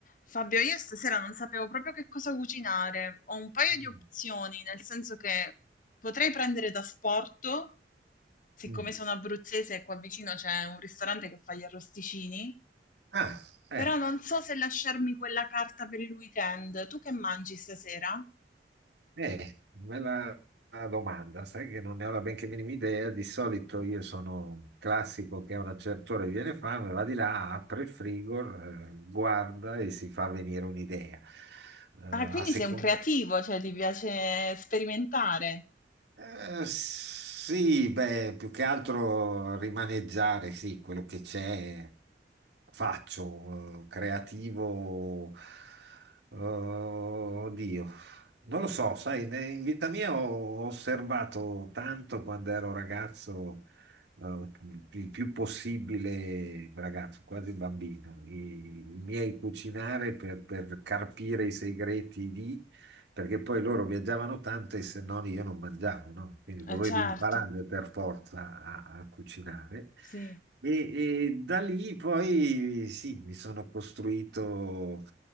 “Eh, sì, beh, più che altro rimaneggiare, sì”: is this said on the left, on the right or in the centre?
Right